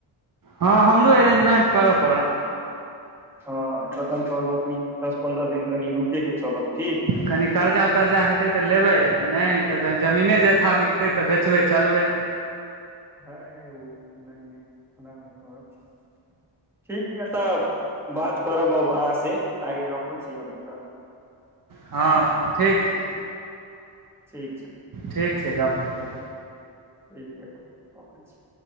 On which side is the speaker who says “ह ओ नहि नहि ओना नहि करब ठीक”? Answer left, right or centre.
Centre